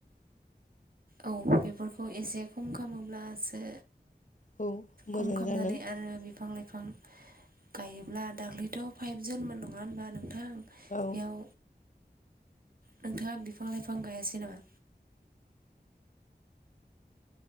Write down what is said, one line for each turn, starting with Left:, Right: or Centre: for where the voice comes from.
Right: औ बेफोरखौ एसे खम खालामोब्लासो
Left: औ मोजां
Right: खम खालामनानै
Left: जागोन
Right: आरो बिफां लाइफां गायोब्ला दाख्लैथ' फाइभ जुनमोन नङा होनबा नोंथां?
Left: औ
Right: बेयाव नोंथाङा बिफां लाइफां गायासै नामा?